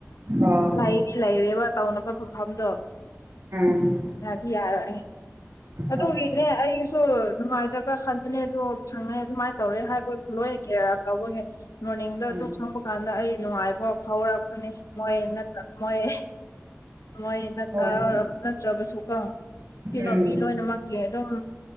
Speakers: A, on the right; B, on the left.
A: ꯑꯣ
B: ꯂꯩꯗꯤ ꯂꯩꯔꯦꯕ ꯇꯧꯅꯕ ꯃꯐꯝꯗꯣ
A: ꯎꯝ
B: ꯌꯥꯗꯤ ꯌꯥꯔꯛꯑꯦ ꯑꯗꯨꯒꯤꯅꯦ
A: ꯑꯣ
B: ꯑꯩꯁꯨ ꯅꯨꯡꯉꯥꯏꯇ꯭ꯔꯛ ꯇ꯭ꯔ ꯈꯟꯕꯅꯦ ꯑꯗꯣ ꯐꯪꯅꯩ ꯑꯗꯨꯃꯥꯏꯟ ꯇꯧꯔꯦ ꯍꯥꯏꯕ <unintelligible> ꯃꯣꯔꯅꯤꯡꯗ
A: ꯎꯝ
B: ꯑꯗꯨꯝ ꯈꯪꯕ ꯀꯥꯟꯗ ꯑꯩ ꯅꯨꯡꯉꯥꯏꯕ ꯐꯥꯎꯔꯛꯄꯅꯦ ꯃꯣꯏ ꯅꯠꯇ ꯃꯣꯏ ꯃꯣꯏ ꯅꯠꯇ
A: ꯍꯣꯏ
B: ꯅꯠꯇ꯭ꯔꯕꯁꯨ ꯀꯣ ꯀꯦꯅꯣ
A: ꯎꯝ
B: ꯃꯤ ꯂꯣꯏꯅꯃꯛ ꯀꯤ ꯑꯗꯨꯝ